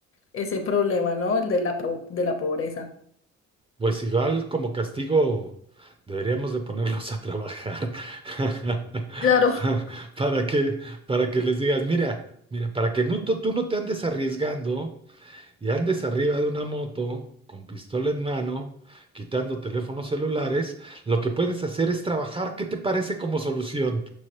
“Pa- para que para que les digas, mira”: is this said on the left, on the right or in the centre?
Right